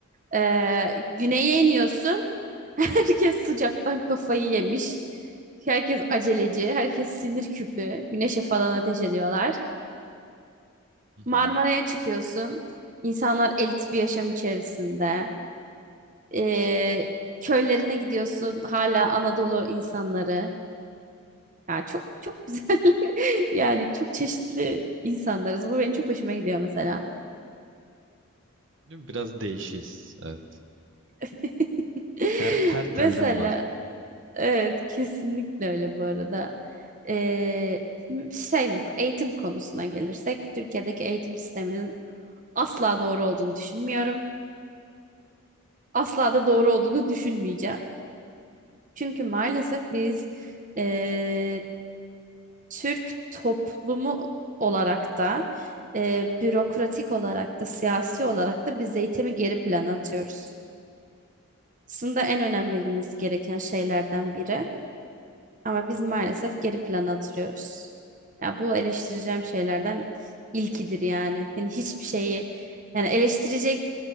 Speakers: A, on the right (about 35°); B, on the right (about 60°).
A: Ee, güneye iniyorsun. <laughs> Herkes sıcaktan kafayı yemiş. Herkes aceleci, herkes sinir küpü. Güneşe falan ateş ediyorlar.
B: Hı
A: Marmara'ya
B: hı.
A: çıkıyorsun. İnsanlar elit bir yaşam içerisinde. Ee, köylerine gidiyorsun. Hala Anadolu insanları. Ya çok çok güzel. <laughs> Yani çok çeşitli insanlarız. Bu benim çok hoşuma gidiyor mesela.
B: Değil mi? Biraz değişiz. Evet.
A: <laughs>
B: Her her telden
A: Mesela
B: var.
A: Evet, kesinlikle öyle bu arada. Ee, şey mesela eğitim konusuna gelirsek Türkiye'deki eğitim sisteminin asla doğru olduğunu düşünmüyorum. Asla da doğru olduğunu düşünmeyeceğim. Çünkü maalesef biz ee, Türk toplumu olarak da ee, bürokratik
B: Hı
A: olarak da siyasi olarak da biz eğitimi geri plana atıyoruz. Aslında en önem verilmesi gereken şeylerden biri. Ama biz
B: hı.
A: maalesef
B: hı.
A: geri plana atılıyoruz. Ya bu eleştireceğim şeylerden ilkidir yani. Hani hiçbir şeyi yani eleştirecek